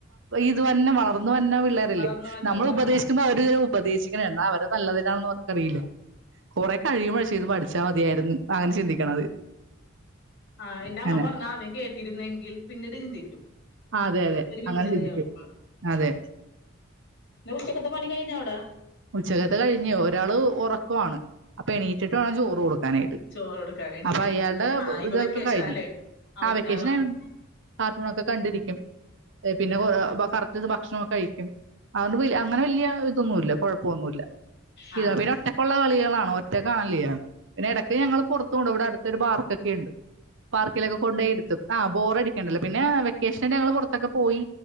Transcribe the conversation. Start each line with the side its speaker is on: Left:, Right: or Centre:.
Right: ഇത് വന്ന വളർന്ന വരുന്ന പിള്ളേരല്ലേ
Left: വളർന്നവനല്ലേ
Right: നമ്മൾ ഉപദേശിക്കുമ്പോ
Left: ആ
Right: അവര് ഇ ഉപദേശിക്കണാ എന്നാ അവര നല്ലതിനാണെന്ന് അവർക്കറിയില്ല കൊറെ കഴിയുമ്പഴേ ചെയ്ത് പടി ച്ചാ മതിയായിരുന്നു അങ്ങനെ ചിന്തിക്കണത്
Left: ആ എന്റെ
Right: അങ്ങനെ
Left: അമ്മ പറഞ്ഞ ആദ്യം കേട്ടിരുന്നെങ്കിൽ പിന്നീട് ചിന്തിക്കും
Right: ആ, അതെ അതെ
Left: ഒരു വീട്
Right: അങ്ങനെ
Left: ചെന്നകേറുമ്പ
Right: ചിന്തിക്കും. അതെ
Left: പിന്നെ ഉച്ചക്കത്തെ പണി കഴിഞ്ഞോ അവിടെ
Right: ഉച്ചകത്തേ കഴിഞ്ഞു ഒരാള് ഉറക്കമാണ് അപ്പൊ എണീറ്റിട്ട് വേണം ചോറ് കൊടു നായിട്ട്
Left: ചോറ് കൊടുക്കാൻ വേണ്ടിയാ
Right: അപ്പൊ അയാളുടെ
Left: ആ ഇപ്പൊ
Right: ഇതൊക്കെ
Left: വെക്കേഷൻ
Right: കഴിഞ്ഞു
Left: അല്ലേ അവധിക്കാലമാല്ലോ
Right: ആ വെക്കേഷൻ കാർട്ടൂണൊക്കെ കണ്ടിരിക്കും പിന്നെ കറക്റ്റ് ഭക്ഷണ കഴിക്കും അതുകൊണ്ട് അങ്ങനെ വല്ല്യ ഇതൊന്നുമല്ല കൊഴ ന്നുമില്ല
Left: ആ
Right: ഇത
Left: ആ
Right: പിന്നെ ഒറ്റക്കുള്ള കളികളാണോ ഒ <unintelligible> പിന്നെ ഇടക്ക് ഞങ്ങള് പുറത്തുണ് ഇവിടെ അടുത്ത ഒരു പാർക്ക് ണ്ട് പാർക്കിലൊക്കെ കൊണ്ടയിരിത്തും ആ ബോറടിക്കണ്ടല്ലോ പിന്നെ വെക്കേഷൻ ഞങ്ങള് പുറത്തൊക്കെ പോയി